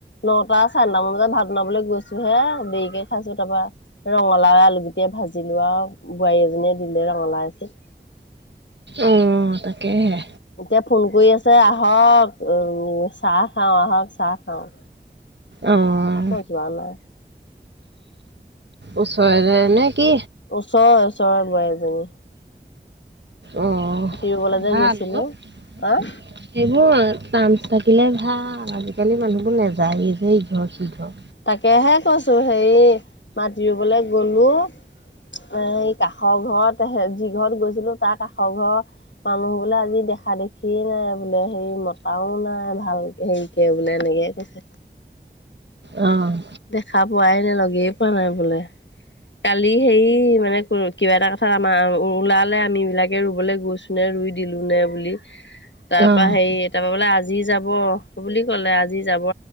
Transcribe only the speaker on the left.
নটা চাৰে নটামান বজাত, ভাত বনাবলৈ গৈছো হে দেৰিকে খাইছো তাৰপৰা। ৰঙালাও আলু গুটিয়ে ভাজিলো আৰু, বোৱাৰী এজনীয়ে দিলে ৰঙালাউ আছিল।
এতিয়া ফোন কৰি আছে, আহক চাহ খাওঁ আহক চাহ খাওঁ।
মই যোৱা নাই
ওচৰৰ ওচৰৰ বোৱাৰী জনী।
ৰুবলৈ যে
গৈছিলো
অ
তাকেহে কৈছোঁ, হেৰি মাতি ৰুবলৈ গ'লোঁ। এ কাষৰ ঘৰত, যি ঘৰত গৈছিলো তাৰ কাষৰ ঘৰ মানুহ বোলে আজি দেখা দেখিয়ে নাই, বোলে হেৰি মতাও নাই ভাল হেৰি <unintelligible> বোলে এনেকৈ কৈছে।
দেখা পোৱাই নে, লগেই পোৱা নাই বোলে কালি হে মানে। কিবা এটা কথাত আমাৰ ওলালে, আমি বিলাকে ৰুবলৈ গৈছো নে, ৰুই দিলো নে বুলি। তাৰপা
হেৰি তাৰ পা বোলে আজি যাব বুলি কলে আজি যাব।